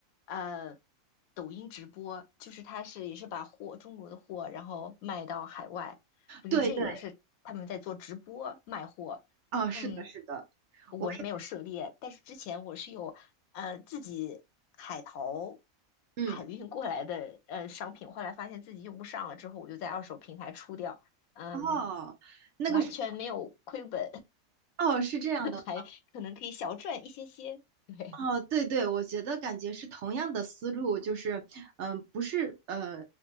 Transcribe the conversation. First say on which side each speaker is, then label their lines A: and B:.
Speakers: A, on the left (about 80°); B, on the right (about 60°).
A: 呃抖音直播，就是他是也是把货中国的货然后卖到海外，我觉得这个是他们在做直播卖货，
B: 对对。哦，是的，
A: 嗯。
B: 是的，
A: 我是没有涉猎，
B: 我也
A: 但是之前我是有呃自己海淘
B: 嗯，
A: 海运过来的呃商品，后来发现自己用不上了，之后我就在二手平台出掉，嗯，
B: 哦，那个是
A: 完全没有亏本，
B: 哦，是这样的，
A: <laughs> 还可能可以小赚一些些。对
B: 哦，对对，我觉得感觉是同样的思路，就是嗯、呃不是呃，